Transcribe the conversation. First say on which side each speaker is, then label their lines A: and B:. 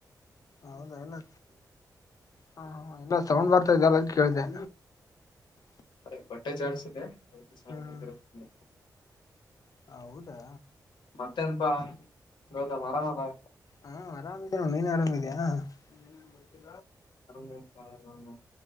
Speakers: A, on the left (about 50°); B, on the left (about 80°).
A: ಹೌದಾನೂ ಹ್ ಹಾ ಇಲ್ಲ ಸೌಂಡ್ ಬರ್ತಾದೆಲ್ಲ ಕೇಳಿದೆ
B: ಅದೆ ಬಟ್ಟೆ ಜಾಡ್ಸಿದೆ ಅದಕ್ಕೆ ಸೌಂಡ್
A: ಹ್ಮ್
B: ಬರ್ತಿದೆ ಏನೂ
A: ಹೌದಾ
B: ಮತ್ತೆನ್ಪಾ ಗೌತಮ್ ಅರಾಮಲಾ
A: ಹಾ ಅರಾಮಿದೆನ ನೋಡ್ ನಿನ್ ಅರಾಮಿದಿಯಾ <unintelligible>
B: ಆರಾಮ್ ಅಪ್ಪ ನಾನು